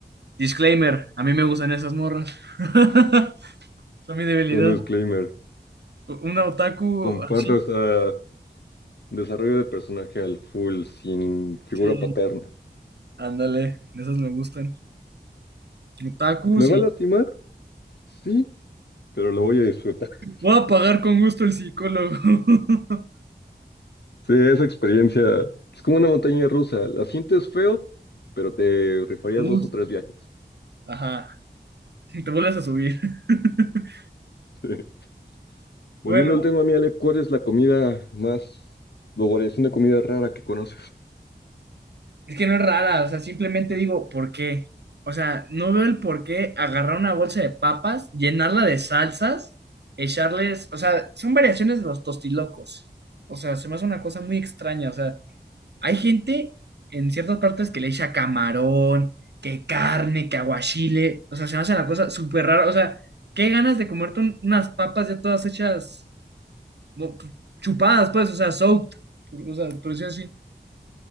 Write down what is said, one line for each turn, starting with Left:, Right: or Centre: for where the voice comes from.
Right: Disclaimer, a mí me gustan esas morras. <laughs> Son mi debilidad.
Left: Segundo disclaimer,
Right: Un otaku
Left: comparto
Right: así.
Left: esa desarrollo de personaje al full sin figura
Right: Sí,
Left: paterna.
Right: ándale, de esas me gustan. Otakus
Left: ¿Me va
Right: y...
Left: a lastimar? Sí, pero lo voy a disfrutar. <laughs>
Right: Voy a pagar con gusto el psicólogo. <laughs>
Left: Sí, esa experiencia es como una montaña rusa. La sientes feo, pero te rifarías
Right: Uf,
Left: dos o tres viajes.
Right: Ajá, te vuelves a subir. <laughs>
Left: <laughs> Sí. Volviendo
Right: Bueno,
Left: al tema, mi Ale, ¿cuál es la comida más, o variación de comida rara que conoces?
Right: es que no es rara, o sea, simplemente digo, ¿por qué? O sea, no veo el por qué agarrar una bolsa de papas, llenarla de salsas, echarles, o sea, son variaciones de los tostilocos. O sea, se me hace una cosa muy extraña, o sea, hay gente en ciertas partes que le echa camarón, que carne, que aguachile, o sea, se me hace la cosa súper rara, o sea, qué ganas de comerte un- unas papas ya todas hechas como chupadas, pues, o sea, soaked, o sea, por decirlo así,